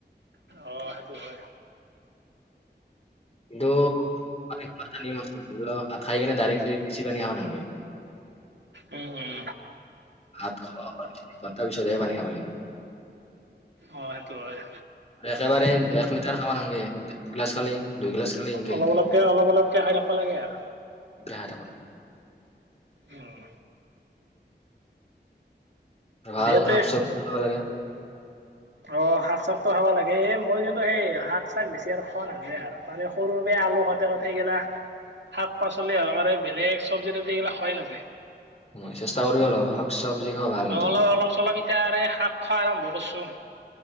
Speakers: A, on the right (about 85°); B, on the left (about 35°).
A: অঁ সেইটো হয়
B: কিন্তু খাই কিনে ডাইৰেক্ট পিচি পানী খাব নাগে
A: উম উম
B: হাত খোৱাৰ পিছ ঘণ্টাাৰ পিছতহে পানী খাব লাগে
A: অ সেইটো হয়
B: একেবাৰে এক লিটাৰ খাব নাগে একগিলাচ খালি দুই গিলাচ খালি ইনকে
A: অলপ
B: ইনকে
A: অলপকে অলপ অলপকে খাই থাকিব লাগে আৰু
B: বিহ থ ন
A: উম
B: ভাল
A: দে তে
B: শাক চবজি খাব লাগে
A: অ শাক চাকতো খাব লাগে এই মোৰ কিন্তু সেই শাক চাক বেছি আৰু খোৱা নাযায় আৰু মানে সৰু পেয়া আলু সতে ঘতেগিলা শাক পাচলি সহকাৰে বেলেগ চব্জি তবজি এইবিলাক খুৱাই নাযায়।
B: মই চেষ্টা কৰিব অল হক। চবজি খোৱা কিন্তু
A: আৰু অলপ অলপ চলপ এতিয়া শাক খোৱা আৰম্ভ কৰিছো।